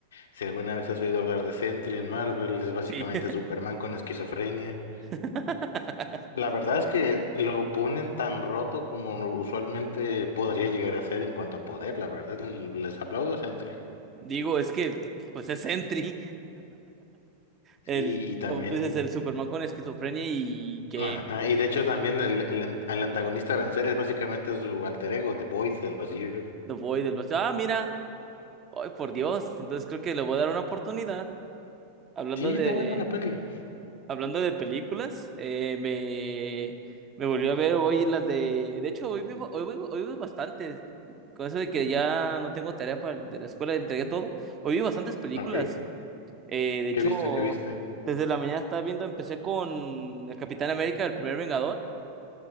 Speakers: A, on the left; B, on the right.
A: si alguna vez has oído hablar de Sentry en Marvel, es básicamente
B: Sí.
A: Superman con esquizofrenia.
B: <laughs>
A: La verdad es que lo ponen tan roto como no- usualmente podría llegar a ser en cuanto a poder, la verdad, y les aplaudo a Sentry.
B: Digo, es que, pues es Sentry,
A: Sí,
B: el,
A: y también,
B: como tú dices, el Superman con esquizofrenia y que
A: ajá, y de hecho también el, el, el antagonista a vencer es básicamente su alter ego, The Void, el vacío.
B: lo voy del vacío. Ah, mira, ay, por Dios, entonces creo que le voy a dar una oportunidad. Hablando
A: Sí,
B: de,
A: está buena la peli.
B: Hablando de películas, eh, me, me volvió a ver hoy las de... De hecho, hoy vi, hoy voy- hoy vi bastantes. Con eso de que ya no tengo tarea para, de la escuela, entregué todo. Hoy vi bastantes películas.
A: Ok.
B: Eh, de hecho,
A: ¿Qué viste? ¿Qué viste?
B: desde la mañana estaba viendo, empecé con el Capitán América, el primer Vengador,